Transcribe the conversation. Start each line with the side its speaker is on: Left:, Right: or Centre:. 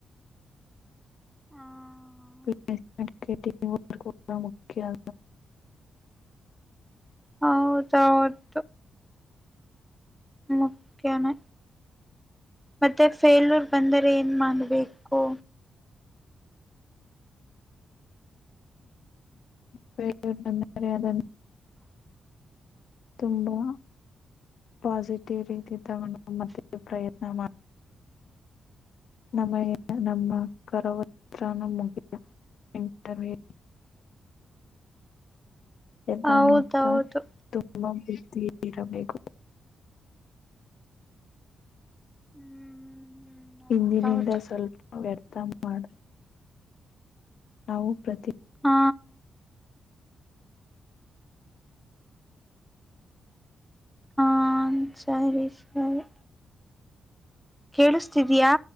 Centre: ಹ <unintelligible>
Left: <unintelligible> <unintelligible> <unintelligible> <unintelligible> ಮುಖ್ಯ
Centre: ಹೌದೌದು ಮುಖ್ಯನೇ ಮತ್ತೆ ಫೇಲೂರ್ ಬಂದರೆ ಏನ್ ಮಾಡಬೇಕು?
Left: ಫೇಲೂರ್ ಬಂದರೆ ಅದನ್ನು ತುಂಬಾ ಪಾಸಿಟಿವ್ ರೀತಿ ತಗೊಂಡು ಮತ್ತೆ ಪ್ರಯತ್ನ ಮಾ <unintelligible> ಇಂಟರ್ವೂ ಎಲ್ಲ
Centre: ಹೌದೌದು
Left: ನೋಡ್ತಾರೆ ತುಂಬಾ <unintelligible> ಇರಬೇಕು.
Centre: ಹ್ಮ್ ಹೌದೌದು
Left: ಹಿಂದಿನಿಂದ ಸ್ವಲ್ಪ ವ್ಯರ್ಥ ಮಾಡ ನಾವು ಪ್ರತಿ
Centre: ಆ ಹಾ ಸರಿ ಸರಿ. ಕೇಳಿಸ್ತಿದೀಯಾ?